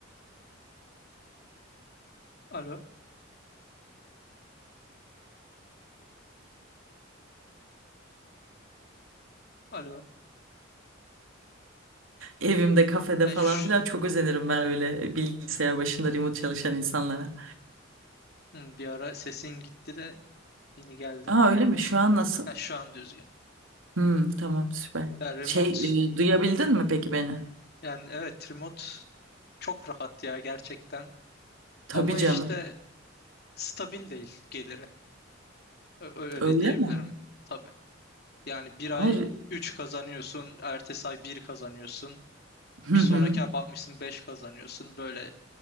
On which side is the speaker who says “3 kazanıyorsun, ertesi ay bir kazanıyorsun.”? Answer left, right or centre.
Left